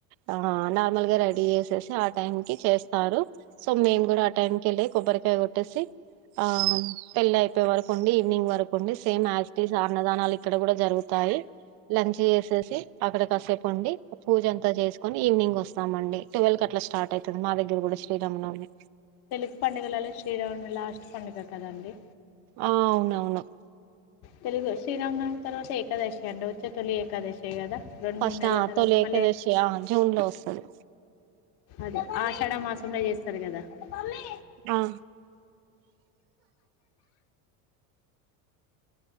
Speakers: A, on the right (about 55°); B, on the left (about 60°).
A: ఆ నార్మల్గా రెడీ చేసి ఆ టైం కి చేస్తారు సో మేం కూడా ఆ టైం కి ఏళ్ళి కొబ్బరికాయ కొట్టేసి ఆ పెళ్ళి అయిపోయే వరకు ఉండి ఈవినింగ్ వరకుండి సేమ్ యాజ్ అన్నదానాలు ఇక్కడ కూడా జరుగుతాయి లంచ్ చేసేసి అక్కడ కసేపు ఉండి పూజ అంతా చేసుకొని ఈవినింగ్ వస్తామండి ట్వెల్వ్ అట్లా స్టార్ట్ అవుతుంది మా దగ్గర కూడా శ్రీరామనవని
B: తెలుగు పండుగలలో శ్రీరాని లాస్ట్ పండుగ కదండి
A: ఆ అవునవును
B: తెలుగు శ్రీరామ్ నవమి తరవాతే ఏకాదశి అండి ఓచ్చే తొలి ఏకాదశీ ఏ కదా రెండు
A: ఫస్ట్
B: మూడు నెలల
A: ఆ
B: తర్వాత
A: తొలి ఏకాదశి
B: మళ్ళీ
A: ఆ జూన్ లో వస్తది
B: అదే ఆషాఢ మాసంలో చేస్తా ఓస్తర్ కదా మమ్మీ
A: ఆ